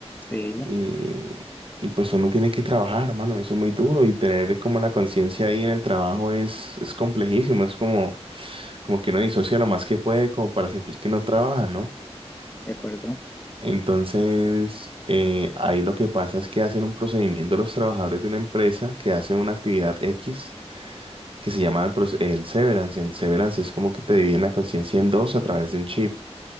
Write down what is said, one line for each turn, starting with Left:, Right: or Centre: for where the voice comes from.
Left: Sí,
Right: Y, y pues uno tiene que trabajar, hermano, eso es muy duro y tener como la conciencia ahí en el trabajo es, es complejísimo, es como, como que uno disocia lo más que puede como para sentir que no trabaja, ¿no?
Left: de acuerdo.
Right: Entonces, eh, ahí lo que pasa es que hacen un procedimiento los trabajadores de una empresa que hace una actividad X que se llama el, proce- el severance. El severance es como que te dividen la conciencia en dos a través de un chip.